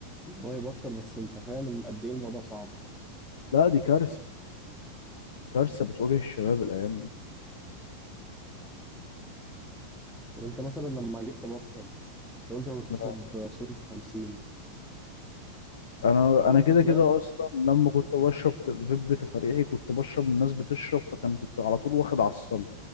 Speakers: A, in the centre; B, on the left.
A: إن هو يبطل بس أنت فاهم إن قد إيه الموضوع صعب
B: لا دي كارثة كارثة بتواجه الشباب الأيام دي
A: طب أنت مثلا لما جيت تبطل أنت قلت أنا كنت
B: آه.
A: بشرب صورة 50
B: أنا
A: حاولت
B: أنا كده
A: تنزل
B: كده أصلا لما كنت بشرب ت- فيب تفريحي كنت بشرب من الناس بتشرب فكان كنت على طول واخد على الصلب